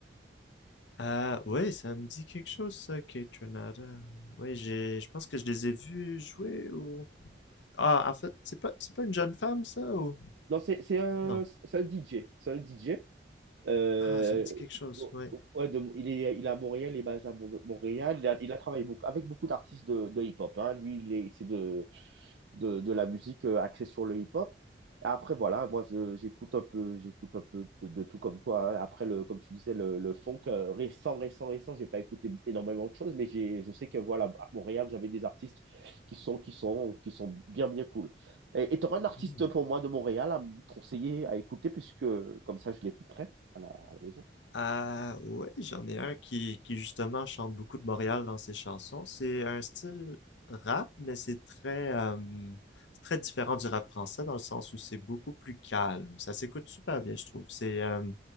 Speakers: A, on the left; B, on the right.
A: Ah oui, ça me dit quelque chose ça, Kate Renata. Oui, j'ai, je pense que je les ai vus jouer ou. Ah, en fait, c'est pas, c'est pas une jeune femme ça ou
B: Non, c'est c'est un,
A: non?
B: c'est un DJ. C'est un DJ. Euh,
A: Ah, ça me dit quelque chose, ouais.
B: ouais, de- il est, il est à Montréal, il est basé à Mon- Montréal. Il a, il a travaillé beaucoup, avec beaucoup d'artistes de, de hip-hop. hein. Lui, il est, c'est de, de, de la musique euh, axée sur le hip-hop. Et Après, voilà, moi, je- j'écoute un peu, j'écoute un peu de, de tout comme toi. hein. Après, le, comme tu disais, le, le funk euh, récent, récent, récent, j'ai pas écouté énormément de choses, mais j'ai, je sais que, voilà, à Montréal, vous avez des artistes qui sont, qui sont, qui sont bien, bien cool. Et tu auras un artiste
A: Hmm.
B: pour moi de Montréal à me conseiller, à écouter, puisque comme ça, je l'écouterai à la, à la maison.
A: Ah ouais, j'en ai un qui, qui justement chante beaucoup de Montréal dans ses chansons. C'est un style rap, mais c'est très, euh, c'est très différent du rap français dans le sens où c'est beaucoup plus calme. Ça s'écoute super bien, je trouve. C'est euh,